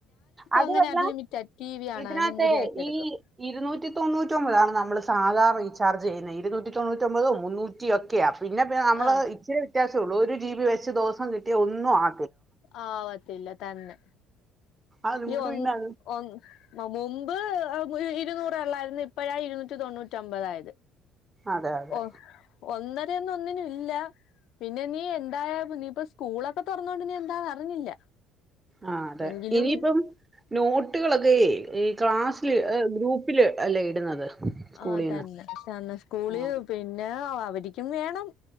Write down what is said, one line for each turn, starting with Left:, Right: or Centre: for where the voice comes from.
Right: അതുവല്ല
Left: അങ്ങനെ അൺലിമിറ്റഡ് ടി വി കാണാനും
Right: ഇതിനകത്തെ
Left: കൂടിയായിട്ട്
Right: ഈ
Left: എടുക്കും
Right: ഇരുന്നൂറ്റി തൊണ്ണൂറ്റാെമ്പതാണ് നമ്മള് സാധാ റീച് ചാർജ് ചെയ്യ്ന്നെ ഇര്ന്നൂറ്റി തൊണ്ണൂറ്റൊമ്പതും മുന്നൂറ്റി ഒക്കെയാ പിന്നെപ്പ ഞമ്മള്
Left: ആഹ്
Right: ഇച്ചിരി വിത്യാസെ ഒള്ളൂ ഒര് ജീ ബി വെച്ച് ദോസം കിട്ട്യാ ഒന്നും ആ
Left: ആവത്തില്ല തന്നെ
Right: അതുകൊണ്ട്
Left: ഉം ഒന്
Right: പിന്നെ അത്
Left: ഒന്ത് മുമ്പ്.... ഒരു ഇരുന്നൂറേള്ളായിരുന്നു ഇപ്പഴാ ഇരുന്നൂറ്റി തൊണ്ണൂറ്റി അമ്പതായത്
Right: അതെ അതെ
Left: ഓ ഒന്ന് അന്ന് ഒന്നിനും ഇല്ല, പിന്നെ നീ എന്തായ നീപ്പ സ്കൂളൊക്കെ തൊറന്നൊണ്ട്നി എന്താന്ന് അറിഞ്ഞില്ല.
Right: ആ അതെ
Left: എങ്കിലും
Right: ഇനിയിപ്പം നോട്ടുകളൊക്കെയ് ഈ ക്ലാസ്സില് ഗ്രൂപ്പില് അല്ലേ ഇടുന്നത് സ്കൂളിൽ
Left: ആ
Right: നിന്ന്
Left: തന്നെ തന്നെ സ്കൂളി
Right: ആ
Left: പിന്നെ അ അവരിക്കും വേണം